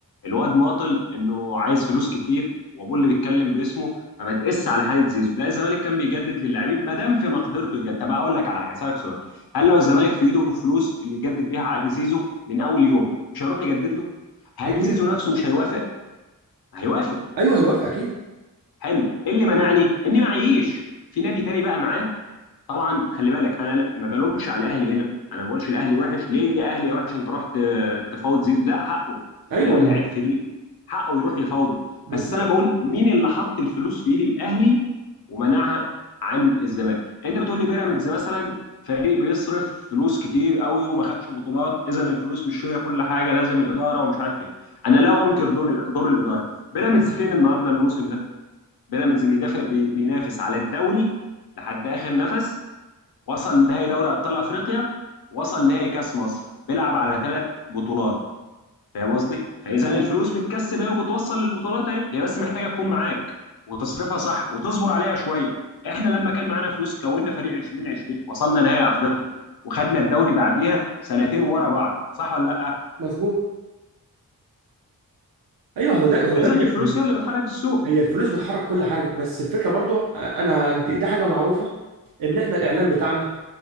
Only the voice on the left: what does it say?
الواد ماطل انه عايز فلوس كتير وابوه اللي بيتكلم باسمه فما تقس على حاله زيزو لا الزمالك كان بيجدد للاعبين ما دام في مقدرته يجدد طب اقول لك على حاجه اسالك سؤال هل لو الزمالك في ايده فلوس اللي يجدد بيها عقد زيزو من اول يوم مش هيروح يجدد له هل
زيزو نفسه مش هيوافق هيوافق
حلو إيه اللي منعني اني معيش في نادي تاني بقى معاه طبعا خلي بالك انا لا- ما بلومش على الاهلي هنا انا ما بقولش الاهلي وحش ليه يا اهلي يا وحش انت رحت آه، تفاوض زيزو لا حقه
ما دام اللعيب فري حقه يروح يفاوضه
بس انا بقول مين اللي حط الفلوس في ايد الاهلي ومنعها عن الزمالك انت بتقول لي بيراميدز مثلا فريق بيصرف فلوس كتير قوي وما خدش بطولات اذا الفلوس مش هي كل حاجه لازم الاداره ومش عارف ايه انا لا انكر دور دور الاداره بيراميدز فين النهارده الموسم ده بيراميدز بيدافع بي- بينافس على الدوري لحد اخر نفس وصل نهائي دوري ابطال افريقيا وصل نهائي كاس مصر بيلعب على ثلاث بطولات فاهم قصدي؟ فاذا
الفلوس بتكسب اهي وبتوصل للبطولات اهي هي بس محتاجه تكون معاك وتصرفها صح وتصبر عليها شويه احنا لما كان معانا فلوس كونا فريق 2020 وصلنا نهائي افريقيا وخدنا الدوري بعديها سنتين ورا بعض صح ولا لا؟
اذا
الفلوس هي اللي بتحرك السوق